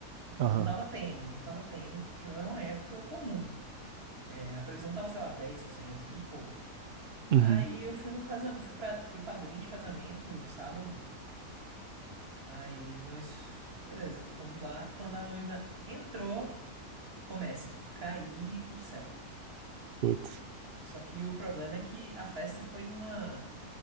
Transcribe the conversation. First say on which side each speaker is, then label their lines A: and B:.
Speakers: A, on the right; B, on the right.
A: Não
B: Aham.
A: tava tendo, não tava tendo, que- porque não é uma época comum. É, a previsão tava, sei lá, 10%, muito pouco.
B: Uhum.
A: Aí eu fui num casamento, fui, pra- fui padrinho de casamento sábado. Aí nós, beleza, fomos lá. Quando a noiva entrou, começa a cair o céu.
B: Putz.
A: Só que o problema é que a festa foi numa,